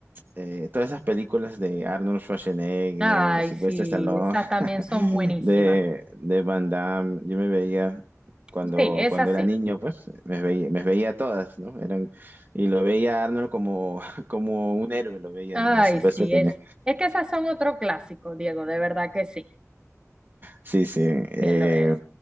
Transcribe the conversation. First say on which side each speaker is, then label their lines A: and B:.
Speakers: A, on the right; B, on the right.
A: eh, todas esas películas de Arnold Schwarzenegger,
B: Ay,
A: de Sylvester
B: sí,
A: Stallone,
B: esas también
A: <laughs>
B: son buenísimas.
A: de, de Van Damme, yo me veía... Cuando,
B: Sí, esas
A: cuando era
B: sí.
A: niño, pues me veía, me veía todas, ¿no? Eran, y lo veía a Arnold como, <laughs> como un héroe, lo veía
B: Ay,
A: y a Silvestre
B: sí,
A: también.
B: es. Es que esas son otro clásico, Diego, de verdad que sí.
A: Sí, sí. eh,
B: Bien lo es.